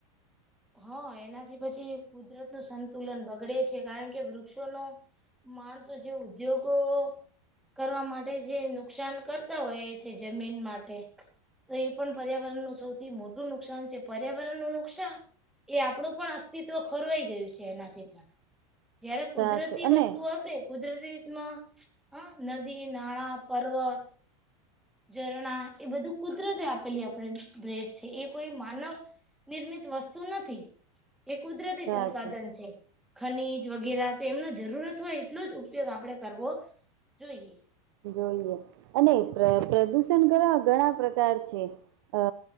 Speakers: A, in the centre; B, on the right.
A: હ, એનાથી પછી કુદરતનું સંતુલન બગડે છે કારણ કે વૃક્ષોનુ માણસો જે ઉદ્યોગો કરવા માટે જે નુકસાન કરતા હોયે છે જમીન માટે તો ઈ પણ પર્યાવરણનું સૌથી મોટું નુકસાન છે, પર્યાવરણનું નુકસાન એ આપડુ પણ અસ્તિત્વ ખરવાઈ ગયું છે એનાથી પણ જયારે કુદરતી
B: સાચું અને
A: વસ્તુ હશે, કુદરતી <unintelligible> હા, નદી, નાળા, પર્વત ઝરણા, એ બધું કુદરતે આપેલી આપણે, ભેટ છે, એ કોઈ માનવ નિર્મિત વસ્તુ નથી, એ કુદરતી
B: સાચું
A: સંસાધન છે. ખનીજ વગેરા, તેમનો જરૂરત હોય એટલો જ ઉપયોગ આપડે કરવો, જોઈએ.
B: <unintelligible> અને ય્ર, પ્રદુષણ કરવા ઘણા પ્રકાર છે. અ,